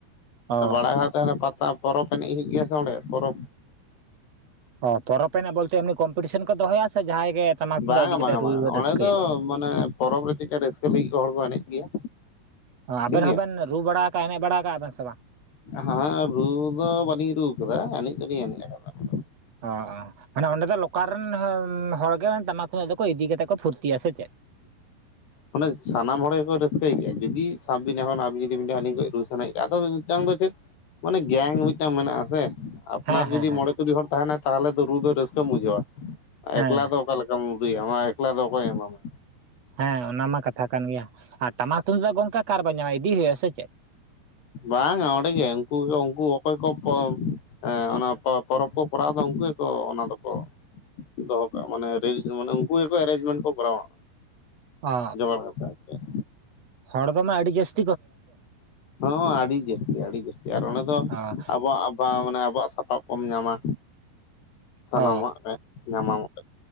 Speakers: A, on the right; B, on the left.
A: ᱚ
B: ᱵᱟᱲᱟᱜᱷᱟᱴ ᱛᱟᱦᱮᱱᱟ ᱯᱟᱛᱟ ᱯᱚᱨᱚᱵᱽ ᱮᱱᱮᱡ ᱦᱩᱭᱩᱜ ᱜᱮᱭᱟ ᱥᱮ ᱚᱸᱰᱮ ᱯᱚᱨᱚᱵᱽ
A: ᱚ ᱯᱚᱨᱚᱵᱽ ᱮᱱᱮᱡ ᱵᱚᱞᱛᱮ ᱮᱢᱱᱤ ᱵᱚᱞᱛᱮ ᱠᱚᱢᱯᱤᱴᱤᱥᱚᱱ ᱠᱚ ᱫᱚᱦᱚᱭᱟ ᱥᱮ ᱡᱟᱦᱟᱸᱭ ᱜᱮ ᱴᱟᱢᱟᱠ ᱛᱩᱢᱫᱟᱜ
B: ᱵᱟᱝᱟ
A: ᱤᱫᱤ ᱠᱟᱛᱮ
B: ᱵᱟᱝᱟ
A: ᱨᱩ
B: ᱵᱟᱝᱟ
A: ᱨᱟᱹᱥᱠᱟᱹᱭᱟ?
B: ᱚᱸᱰᱮ ᱫᱚ ᱢᱟᱱᱮ ᱯᱚᱨᱚᱵᱽ ᱨᱮ ᱪᱮᱫᱠᱟ ᱨᱟᱹᱥᱠᱟᱹ ᱞᱟᱹᱜᱤᱫ ᱠᱚ ᱦᱚᱲ ᱠᱚ ᱮᱱᱮᱡ ᱜᱮᱭᱟ
A: ᱚ ᱟᱵᱮᱱ
B: ᱴᱷᱤᱠ ᱜᱮᱭᱟ
A: ᱦᱚᱸᱵᱮᱱ ᱨᱩ ᱵᱟᱲᱟ ᱠᱟᱜ-ᱟ ᱮᱱᱮᱡ ᱵᱟᱲᱟ ᱟᱠᱟᱜ-ᱟ ᱵᱮᱱ ᱥᱮ ᱵᱟᱝ?
B: ᱦᱮᱸ ᱨᱩ ᱫᱚ ᱵᱟᱹᱞᱤᱧ ᱨᱩᱣᱟ ᱠᱟᱫᱟ ᱮᱱᱮᱡ ᱫᱚᱞᱤᱧ ᱮᱱᱮᱡ ᱠᱟᱫᱟ ᱾
A: ᱚ ᱢᱟᱱᱮ ᱚᱸᱰᱮ ᱫᱚ ᱞᱳᱠᱟᱞ ᱨᱮᱱ ᱦᱚᱲ ᱜᱮ ᱴᱟᱢᱟᱠ ᱠᱚᱫᱚᱠᱚ ᱤᱫᱤ ᱠᱟᱛᱮᱫ ᱠᱚ ᱯᱷᱩᱨᱛᱤᱭᱟ ᱥᱮ ᱪᱮᱫ
B: ᱢᱟᱱᱮ ᱥᱟᱱᱟᱢ ᱦᱚᱲ ᱜᱮᱠᱚ ᱨᱟᱹᱥᱠᱟᱹᱭ ᱜᱮᱭᱟ, ᱡᱩᱫᱤ ᱥᱟᱵ ᱵᱤᱱ ᱮᱠᱷᱚᱱ ᱟᱵᱤᱱ ᱡᱩᱫᱤ ᱵᱤᱱᱞᱟᱹᱭᱟ ᱟᱹᱞᱤᱧ ᱠᱟᱹᱡ ᱨᱟᱥᱠᱟᱹ ᱟᱫᱚ ᱢᱤᱫᱴᱟᱝ ᱫᱚ ᱪᱮᱫ ᱢᱟᱱᱮ ᱜᱮᱝ ᱢᱤᱫᱴᱟᱝ ᱢᱮᱱᱟᱜᱼᱟᱥᱮ ᱟᱯᱱᱟᱨ
A: ᱦᱮᱸ ᱦᱮᱸ
B: ᱡᱩᱫᱤ
A: ᱦᱮᱸ
B: ᱢᱚᱲᱮ ᱛᱩᱨᱩᱤ ᱦᱚᱲ ᱛᱟᱦᱮᱱᱟᱭ, ᱛᱟᱦᱚᱞᱮ ᱫᱚ ᱨᱩ ᱫᱚ ᱨᱟᱹᱥᱠᱟᱹᱢ ᱵᱩᱡᱷᱟᱹᱣᱟ ᱾
A: ᱦᱮᱸ
B: ᱮᱠᱞᱟ ᱫᱚ ᱚᱠᱟᱞᱮᱠᱟ ᱢᱟ ᱮᱠᱞᱟ ᱫᱚ ᱚᱠᱚᱭ ᱮᱢᱟᱢᱟ
A: ᱦᱮᱸ ᱚᱱᱟ ᱢᱟ ᱠᱟᱛᱷᱟ ᱠᱟᱱ ᱜᱮᱭᱟ ᱾ ᱟᱨ ᱴᱟᱢᱟᱠ ᱛᱩᱢᱫᱟᱜ ᱜᱚᱝᱠᱮ ᱚᱠᱟᱨᱮᱵᱮᱱ ᱧᱟᱢᱟ ᱤᱫᱤ ᱦᱩᱭᱩᱜ-ᱟ ᱥᱮ ᱪᱮᱫ?
B: ᱵᱟᱝᱟ ᱚᱸᱰᱮ ᱜᱮ ᱩᱱᱠᱩ ᱩᱱᱠᱩ ᱚᱠᱚᱭ ᱠᱚ ᱦᱸ ᱚᱱᱟ ᱯᱚᱨᱚᱵᱽ ᱠᱚ ᱠᱚᱨᱟᱣ ᱫᱚ ᱩᱱᱠᱩ ᱜᱮᱠᱚ ᱚᱱᱟ ᱫᱚᱠᱚ ᱫᱚᱦᱚ ᱠᱟᱜ-ᱟ ᱢᱟᱱᱮ ᱢᱟᱱᱮ ᱩᱱᱠᱩ ᱜᱮᱠᱚ ᱮᱨᱮᱧᱡᱢᱮᱱᱴ ᱠᱚ ᱠᱚᱨᱟᱣᱟ
A: ᱚ
B: ᱡᱚᱜᱟᱲ ᱠᱟᱛᱮ
A: ᱦᱚᱲ ᱫᱚ ᱢᱟ ᱟᱹᱰᱤ ᱡᱟᱥᱛᱤ
B: ᱦᱚᱸ ᱟᱹᱰᱤ ᱡᱟᱹᱥᱛᱤ ᱟᱹᱰᱤ ᱡᱟᱹᱥᱛᱤ ᱟᱨ ᱚᱸᱰᱮ ᱫᱚ
A: ᱚ
B: ᱟᱵᱚᱣᱟᱜ ᱵᱟ ᱢᱟᱱᱮ ᱟᱵᱚᱣᱟᱜ ᱥᱟᱯᱟᱵ ᱠᱚᱢ ᱧᱟᱢᱟ ᱥᱟᱱᱟᱢᱟᱜ
A: ᱚ
B: ᱨᱮ ᱧᱟᱢᱟᱢ